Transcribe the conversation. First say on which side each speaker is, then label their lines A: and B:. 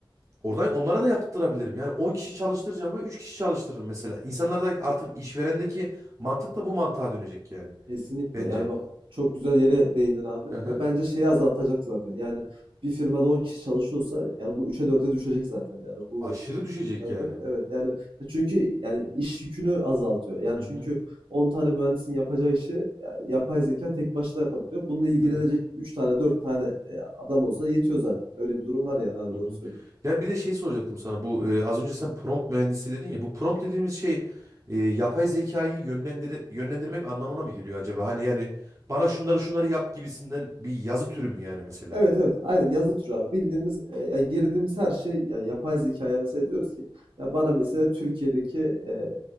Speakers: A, on the right (about 35°); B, on the right (about 70°).
A: Oradan onlara da yaptırabilirim. Yani 10 kişi çalıştıracağıma 3 kişi çalıştırırım mesela. İnsanlarda artık işverendeki mantık da bu mantığa dönecek yani
B: Kesinlikle.
A: bence.
B: Yani bak çok güzel yere değindin abi.
A: Hı hı.
B: Ve bence şeyi azaltacak zaten. Yani bir firmada 10 kişi çalışıyorsa yani bu 3'e dörde düşecek zaten. Yani bu
A: Aşırı
B: ikide
A: düşecek yani.
B: 4 evet yani e, çünkü yani iş yükünü azaltıyor. Yani
A: Hı
B: çünkü
A: hı.
B: 10 tane mühendisin yapacağı işi yani yapay zeka tek başına yapabiliyor. Bununla ilgilenecek
A: Evet.
B: 3 tane 4 tane e, adam olsa yetiyor zaten. Öyle bir durum var yani abi
A: Hı
B: doğru
A: hı.
B: söylüyorsun.
A: Ya bir de şey soracaktım sana. Bu e, az önce sen prompt mühendisi dedin ya. Bu prompt dediğimiz şey e, yapay zekayı yönlendir yönlendirmek anlamına mı geliyor acaba? Hani yani bana şunları şunları yap gibisinden bir yazı türü mü yani mesela?
B: Evet evet aynen yazı türü abi. Bildiğimiz e, ya girdiğimiz her şey yani yapay zekaya mesela diyoruz ki ya bana mesela Türkiye'deki e,